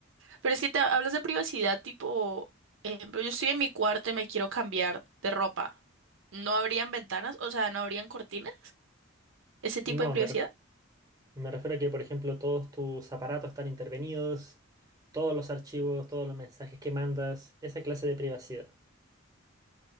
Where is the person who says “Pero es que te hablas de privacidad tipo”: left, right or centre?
Right